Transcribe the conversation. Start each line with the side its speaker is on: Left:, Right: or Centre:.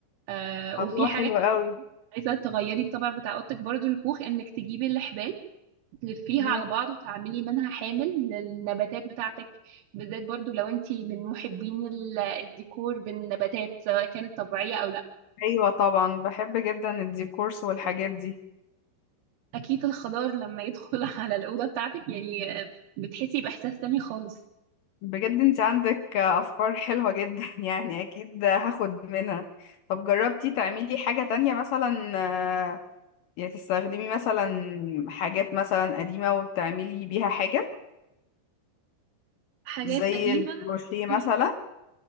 Right: آه،
Left: الله
Right: وفي حاجة
Left: حلو
Right: كمان
Left: قوي
Right: لو انت عايزة تغيري الطابع بتاع أوضتك برضو الكوخ إنك تجيبي الحبال تلفيها
Left: مم،
Right: على بعض وتعملي منها حامل للنباتات بتاعتك بالذات برضو لو انت من محبين ال- الديكور بالنباتات سواء كانت طبيعية أو لا
Left: ايوه طبعا بحب جدا الديكورس والحاجات دي
Right: اكيد الخضار لما يدخل <laughs> على الاوضه بتاعتك يعني بتحسي باحساس تاني خالص
Left: بجد انت عندك افكار حلوة جدا <laughs> يعني اكيد هاخد منها طب جربتي تعملي حاجة تانية مثلا آه، يعني تستخدمي مثلا حاجات مثلا قديمة وبتعملي بيها حاجة
Right: حاجات
Left: زي
Right: قديمه
Left: الكروشيه مثلا
Right: مم،